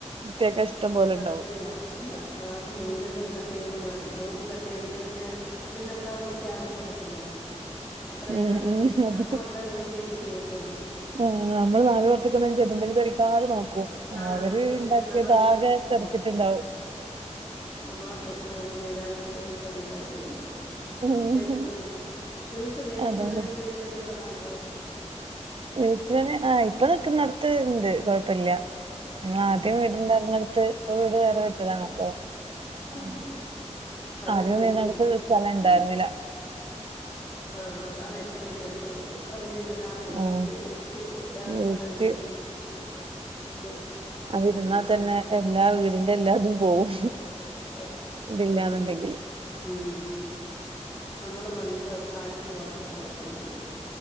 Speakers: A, on the right (about 50°); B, on the left (about 15°).
A: വൃത്തിയാക്കാൻ ഇഷ്ടം പോലെ
B: സത്യാ
A: ഉണ്ടാവും
B: അതാ ആ, അത് മീനൊക്കെ കട്ട് ചെയ്യുമ്പോ നോക്കി കട്ട് ചെയ്തില്ലേ പിന്നെ പിന്നെ അവിടെ നിൽക്കാൻ ആർക്കും പറ്റത്തില്ലല്ലോ അത്രയും
A: ഉം ഉം അത്
B: നമ്മൾ അത്രയും നോക്കിയിട്ടേ ചെയ്യത്തുള്ളു
A: ആഹ് നമ്മള് നാല് പുറത്തേക്കൊന്നും ചെദംബൽ തെറിക്കാതെ നോക്കും
B: ആ
A: അവര്
B: ശ്രദ്ധിച്ച്
A: ഇണ്ടാക്കിയത്
B: നമ്മളെ ഡ്ര-
A: ആകെ
B: ആ
A: തെറിച്ചിട്ടുണ്ടാവും
B: നമ്മളെ ഡ്രസ്സിൽ ഒന്നും വീഴാതെ അത്രയും ശ്രദ്ധിച്ചാ ചെയ്യുന്നത്
A: ഉം
B: വേസ്റ്റ് നിങ്ങൾക് വേസ്റ്റ്
A: അതാണ്
B: മാനേജ്മെന്റിനോക്കെ സ്ഥലമുണ്ടോ
A: വേസ്റ്റിടാൻ ആഹ് ഇപ്പൊ നിക്കുന്നോടത്ത് ഉണ്ട് കുഴപ്പമില്ല നിങ്ങൾ ആദ്യം
B: ആ
A: വീടുണ്ടാർന്നോടത് ഇപ്പൊ വീട് വേറെ വെച്ചതാണോ അപ്പൊ
B: ഹാ
A: ആഹ്
B: അതല്ലേ
A: ആദ്യം
B: വലിയ
A: നിന്നീനോടത്തു സ്ഥലം ഇണ്ടായിരുന്നില്ല
B: ആഹ് അതാണ് ഏറ്റവും വലിയ വിഷമം എത്ര വലിയ വീടാന്ന് പറഞ്ഞിട്ടും
A: ആഹ്
B: വേസ്റ്റ് ഇടാൻ
A: വേസ്റ്റ്
B: സ്ഥലം ഇല്ലെങ്കിൽ ഉം അത്
A: അതിരുന്നാ
B: വിഷമം
A: തന്നെ എല്ലാ വീടിന്റെ എല്ലാതും പോവും
B: <unintelligible>
A: ഇതില്ലാന്നുണ്ടെങ്കില്
B: അത് സത്യം ഉം നമ്മള് പണ്ട് ഫ്ലാറ്റിന് കുറച്ചു കാലം താമസിച്ചിരുന്നു